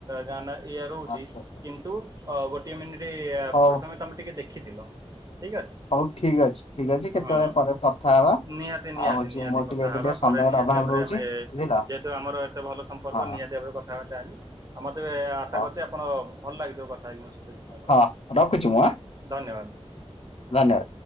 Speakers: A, on the right; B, on the left.
A: ଗାଁ ନା ଇଏ ରହୁଛି
B: ଆଚ୍ଛା ଆଚ୍ଛା
A: କିନ୍ତୁ ଅ ଗୋଟିଏ ମିନିଟ
B: ହଉ
A: ପ୍ରଥମେ ତମେ ଟିକେ ଦେଖିଥିଲ। ଠିକ ଅଛି
B: ହଉ ଠିକ ଅଛି ଠିକ ଅଛି କେତେବେଳେ
A: ହଁ।
B: ପରେ କଥା ହବା।
A: ନିହାତି ନିହାତି
B: ଆଉ ହଉଛି
A: ନିହାତି
B: ମୋର
A: କଥା
B: ଟିକେ ଏବେ
A: ହେବା
B: ଟିକେ ସମୟର
A: ପରେ ନିହାତି
B: ଅଭାବ
A: ଭାବରେ
B: ରହୁଛି
A: ଆମେ ଯେହେତୁ
B: ବୁଝିଲ
A: ଆମର ଏତେ ଭଲ ସମ୍ପର୍କ
B: ହଁ
A: ନିହାତି। <unintelligible> କଥା ହେବା ପାଇଁଁ ଚାହିଁବି ଆଉ ମୋତେ ଆଶା
B: ହଁ
A: କରିଛି ଆପଣ ଭଲ ଲାଗିଥିବ କଥା ହେଇକି ମୋ ସହ
B: ହଁ ରଖୁଛି ମୁଁ ଆଁ
A: ଧନ୍ୟବାଦ। <unintelligible>
B: ଧନ୍ୟବାଦ।